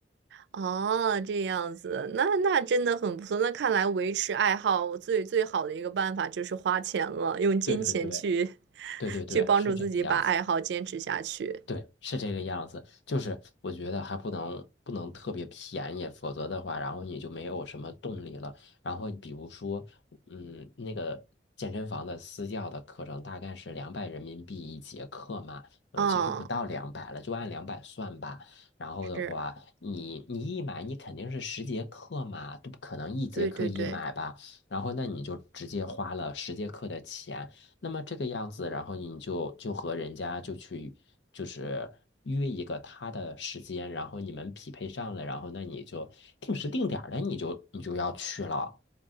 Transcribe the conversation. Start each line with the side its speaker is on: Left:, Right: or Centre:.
Right: 哦，这样子，那那真的很不错。那看来维持爱好最最好的一个办法就是花钱了，用金钱去
Left: 对对对对
Right: <laughs>
Left: 对对，
Right: 去帮助自己把爱好坚持下去。
Left: 是这个样子。对，是这个样子。就是我觉得还不能不能特别便宜，否则的话，然后你就没有什么动力了。然后比如说，嗯，那个健身房的私教的课程大概是两百人民币一节课嘛，呃，
Right: 嗯，
Left: 其实不到两百了，就按两百算吧。然后的话，
Right: 是，
Left: 你你一买，你肯定是十节课嘛，都不可能一节课一买吧。
Right: 对对对，
Left: 然后那你就直接花了十节课的钱，那么这个样子，然后你就就和人家就去就是约一个他的时间，然后你们匹配上了，然后那你就定时定点儿的，你就你就要去了。